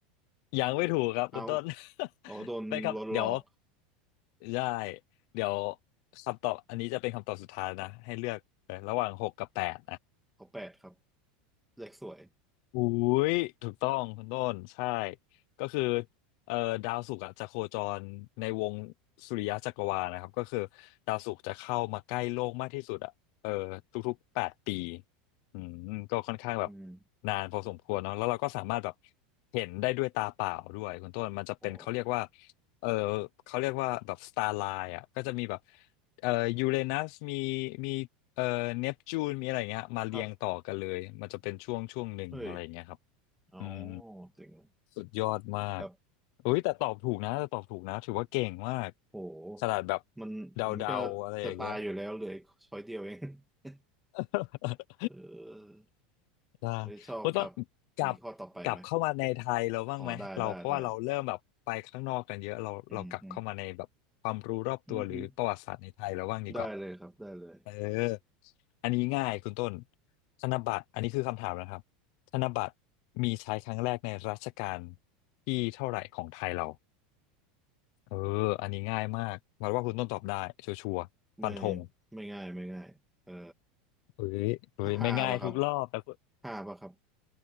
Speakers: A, on the left (about 50°); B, in the centre.
A: ยังไม่ถูกครับคุณต้น
B: เอา
A: <laughs>
B: เอาโดนลดหลอก
A: ไปครับเดี๋ยวได้เดี๋ยวคำตอบอันนี้จะเป็นคำตอบสุดท้ายนะให้เลือกเออระหว่างหกกับแปด
B: เอาแปดครับเลขสวย
A: อุ้ยถูกต้องคุณต้นใช่ก็คือเอ่อดาวศุกร์อะจะโคจรในวงสุริยะจักรวาลนะครับก็คือดาวศุกร์จะเข้ามาใกล้โลกมากที่สุดอ่ะเออทุกๆแปดปีอืมก็ค่อนข้างแบบ
B: อืม
A: นานพอสมควรเนาะแล้วเราก็สามารถแบบเห็นได้ด้วยตาเปล่าด้วยคุณต้นมันจะเป็นเขาเรียกว่า
B: อ๋อ
A: เออเขาเรียกว่าแบบสตาร์ไลน์อ่ะก็จะมีแบบเอ่อยูเรนัสมีมี เอ่อเนปจูนมีอะไรเงี้ยมาเรียงต่อกันเลยมันจะเป็นช่วงช่วงหนึ่งอะไรเงี้ยครับ
B: ครับเฮ้ยอ๋อ
A: อืม
B: จริงเลย
A: สุดยอดมาก
B: ครับ
A: อุ้ยแต่ตอบถูกนะแต่ตอบถูกนะถือว่าเก่งมาก
B: โห
A: ขนาดแบบ
B: มันมันก็จะตายอยู่แล้วเหลยช้อยเดียวเอง
A: เดาๆอะไรอย่างเงี้ย
B: <laughs>
A: <laughs>
B: เออ
A: ได้
B: เฮ้ยชอบครับ
A: ว่าต้อนกลับกลับเข้ามาในไทยเราบ้างไหมเราเพราะว่าเราเริ่มแบบไปข้างนอกกันเยอะเราเรากลับเข้ามาในแบบความรู้รอบตัวหรือประวัติศาสตร์ในไทยเราบ้างดีกว่า
B: มีข้อต่อไปไหมอ๋อได้ได้ได้อืมอืมอืมฮึ ได้เลยครับได้เลย
A: เอออันนี้ง่ายคุณต้นธนบัตรอันนี้คือคำถามนะครับธนบัตรมีใช้ครั้งแรกในรัชกาลที่เท่าไหร่ของไทยเราเอออันนี้ง่ายมากหวังว่าคุณต้นตอบได้ชัวร์ๆฟันธง
B: ไม่ไม่ง่ายไม่ง่ายเอ่อ
A: เฮ้ยเฮ้ยไม่ง่ายทุกรอบแต่คุณ
B: ห้าป่ะครับห้าป่ะครับ